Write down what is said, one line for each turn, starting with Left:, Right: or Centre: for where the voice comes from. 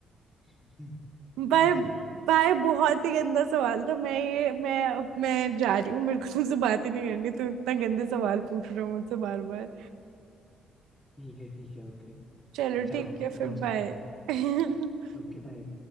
Left: हम्म,
Right: भाई
Left: आना चाहिए इनफैक्ट
Right: भाई बहुत ही गंदा सवाल था मैं ये मैं अब मैं जा रही हूँ मेरे को तुमसे बात ही नहीं करनी तुम इतना गंदे सवाल पूछ रहे हो मुझसे बार बार
Left: ठीक है ठीक है ओके
Right: चलो
Left: जाओ
Right: ठीक है
Left: मौज
Right: फिर बाय
Left: करो
Right: <laughs>
Left: Okay bye